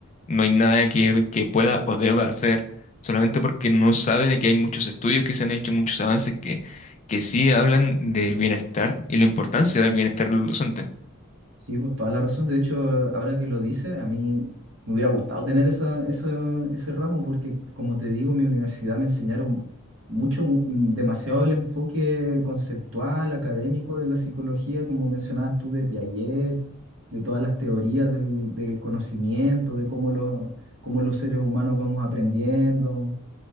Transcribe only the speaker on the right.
Sí, pues toda la razón. De hecho, ahora que lo dice, a mí me hubiera gustado tener esa, eso- ese ramo porque, como te digo, en mi universidad me enseñaron mucho, mu- mm, demasiado el enfoque conceptual, académico de la psicología, como mencionabas tú, de Piaget, de todas las teorías del, del conocimiento, de cómo los, cómo los seres humanos vamos aprendiendo.